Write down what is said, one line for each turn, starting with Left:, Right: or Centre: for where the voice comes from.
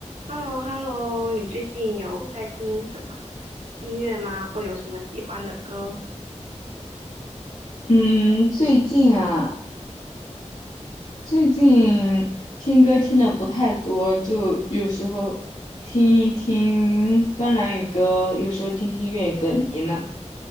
Right: h e l l o h e l l o 你最近有在听什么音乐吗？或有什么喜欢的歌？
Left: 嗯，最近啊，最近听歌听的不太多，就有时候听一听芬兰语歌，有时候听听粤语歌。你呢？